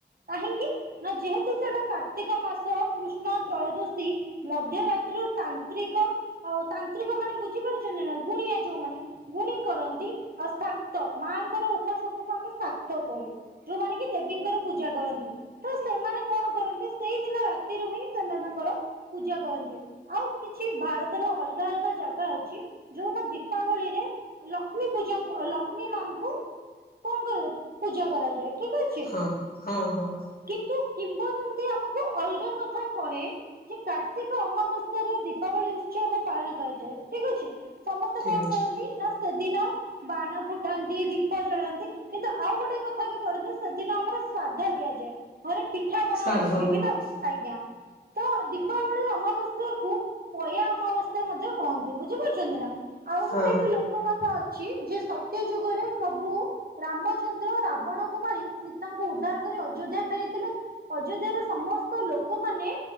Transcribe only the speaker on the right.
କାହିଁକି? ନା ଯେହେତୁ ସେଇଟା କାର୍ତ୍ତିକ ମାସ କୃଷ୍ଣ ତ୍ରୟୋଦଶୀ ମଧ୍ୟରାତ୍ରିରୁ ତାନ୍ତ୍ରିକ ଆଉ ତାନ୍ତ୍ରିକ ମାନେ ବୁଝିପାରୁଛନ୍ତି ନା ଗୁଣିଆ ଯୋଉମାନେ ଗୁଣି କରନ୍ତି ଆଉ ସାତ ମାଙ୍କର ଉପାସକକୁ ଆମେ ସାତ କହୁ। ଯୋଉମାନେ କି ଦେବୀଙ୍କର ପୂଜା କରନ୍ତି ତ ସେମାନେ କଣ କରନ୍ତି ସେଇଦିନ ରାତିରୁ ହିଁ ସେମାନେ ତାଙ୍କର ପୂଜା କରନ୍ତି ଆଉ କିଛି ଭାରତ ର ଅଲଗା ଅଲଗା ଜାଗା ଅଛି ଯୋଉନ ଦୀପାବଳି ରେ ଲକ୍ଷ୍ମୀ ପୂଜା ଲକ୍ଷ୍ମୀ ମାଙ୍କୁ କଣ କରାଯାଏ ପୂଜା କରାଯାଏ। ଠିକ ଅଛି।
କିନ୍ତୁ କିମ୍ବ ଦନ୍ତୀ ଆମକୁ ଅଲଗା କଥା କହେ। ଯେ କାର୍ତ୍ତିକ ଅମାବସ୍ୟାରେ ଦୀପାବଳି ଉତ୍ସବ ପାଳନ କରାଯାଏ ଠିକ ଅଛି। ସମସ୍ତେ
କଣ
କରନ୍ତି ନା ସେଦିନ ବାଣ ଫୁଟାନ୍ତି ଦୀପ ଜଳାନ୍ତି କିନ୍ତୁ ଆଉ ଗୋଟେ କଥା ବି କରନ୍ତି ସେଦିନ ଆମର ଶ୍ରାଦ୍ଧ ଦିଆଯାଏ। ଘରେ ପିଠା ପଣା
ହୁଏ ବିଭିନ୍ନ
ଆଜ୍ଞା। ତ ଦୀପାବଳି ଅମାବାସ୍ୟାକୁୁ ପୟା ଅମାବାସ୍ୟା ମଧ୍ୟ କହନ୍ତି। ବୁଝିପାରୁଛନ୍ତି ନା? ଆଉ
ଗୋଟେ ବି ଲୋକ ମତ ଅଛି ଯେ ସତ୍ୟ ଯୁଗରେ ପ୍ରଭୁ ରାମଚନ୍ଦ୍ର ରାବଣକୁ ମାରି ସୀତାଙ୍କୁ ଉଦ୍ଧାର କରି ଅଯୋଧ୍ୟା ଫେରିଥିଲେ ଅଯୋଧ୍ୟାର ସମସ୍ତ ଲୋକମାନେ